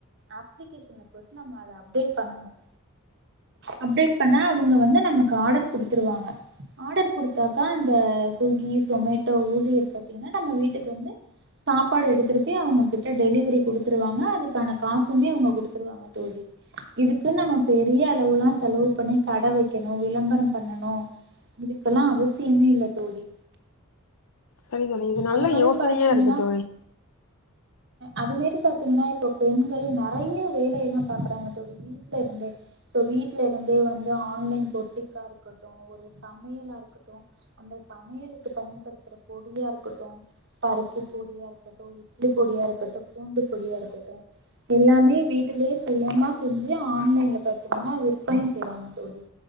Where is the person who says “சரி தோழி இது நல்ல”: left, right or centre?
Left